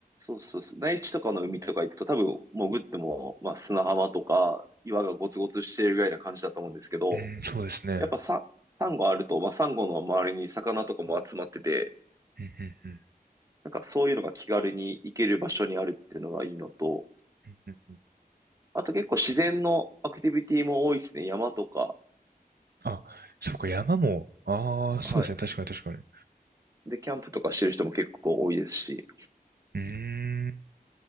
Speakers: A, on the right; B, on the right.
A: そうそうそう。内地とかの海とか行くと多分潜っても、まあ、砂浜とか岩がゴツゴツしているぐらいな感じだと思うんですけど、
B: うん、そうですね。う
A: やっぱサ、サンゴあると、まあ、サンゴの周りに魚とかも集まってて、
B: ん、うん、うん。
A: なんかそういうのが気軽に行ける場所にあるっていうのがいいのと、
B: うんうんうん
A: あと結構自然のアクティビティも多いですね。山とか、
B: あ、そうか、山も、ああ、
A: はい。
B: そうですね、確かに確かに。う
A: で、キャンプとかしてる人も結構多いですし、
B: ーん。